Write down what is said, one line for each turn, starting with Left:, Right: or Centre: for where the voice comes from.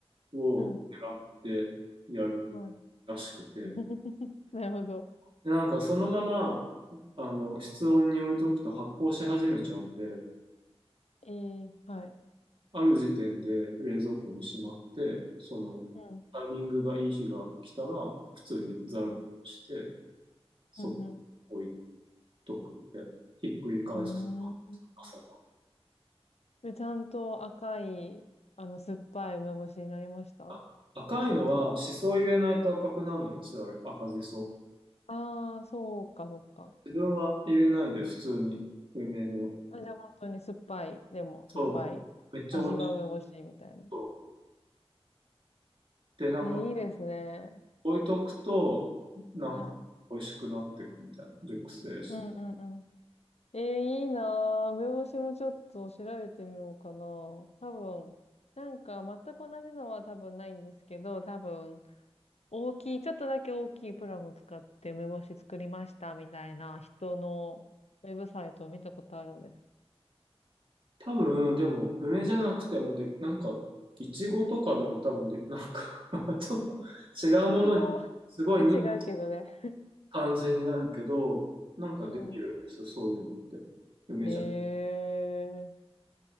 Right: を狙ってやる
Left: うんはい。
Right: らしくて、
Left: <laughs> なるほど。
Right: で、なんかそのまま、あの、室温に置いとくと発酵し始めちゃうんで、
Left: えーはい。
Right: ある時点で冷蔵庫にしまって、そのタイミングがいい日が来たら、
Left: うん。
Right: 普通にざるして、
Left: うん。
Right: そっと
Left: うん。うん。
Right: 置いとくで、ひっくり返す
Left: うん。うーん
Right: 朝か
Left: でちゃんと赤い、あの、酸っぱい梅干しになりました
Right: ら。赤いのは、しそ入れないと赤くならないんですよ、あれ、赤じそ。
Left: ああ、そうか、そうか。
Right: 自分は入れないんで、普通に梅の。
Left: あ、じゃあ本当に酸っぱい、でも酸っぱい、
Right: そう、めっちゃ美味し
Left: 味は梅干しみたいな。
Right: そう。で、なんか、
Left: えー、いいですね。
Right: 置いとくと、なんか、
Left: はい。
Right: 美味しくなっていくみたいな、熟成して。
Left: うんうんうん。えー、いいなー。梅干しもちょっと調べてみようかな。多分、なんか全く同じのは多分ないんですけど、多分、大きい、ちょっとだけ大きいプラフ使って梅干し作りましたみたいな人のウェブサイトを見たことあるんです。
Right: 多分、でも、梅じゃなくてもで、なんか、いちごとかでも多分で、なんか <laughs> ちょっと
Left: うん
Right: 違うものに、
Left: 違う。
Right: すごい似た
Left: <laughs> 違うけどね。
Right: 感じになるけど、なんかできるんですよ、
Left: うん。
Right: そういうのって。梅じゃ、
Left: へえ、